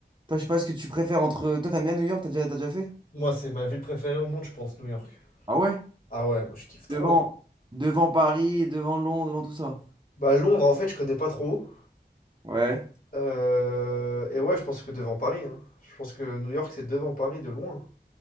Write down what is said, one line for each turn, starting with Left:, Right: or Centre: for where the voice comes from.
Right: toi, je sais pas ce que tu préfères entre. Toi, t'aimes bien New York? T'as déjà, t'as déjà fait?
Left: Moi, c'est ma ville préférée au monde, je pense, New York.
Right: Ah ouais?
Left: Ah ouais, moi je kiffe trop.
Right: Devant, devant Paris, devant Londres, devant tout ça.
Left: Bah Londres en fait, je connais pas trop.
Right: Ouais.
Left: Euh, Et ouais, je pense que devant Paris. hein. Je pense que New York c'est devant Paris de loin.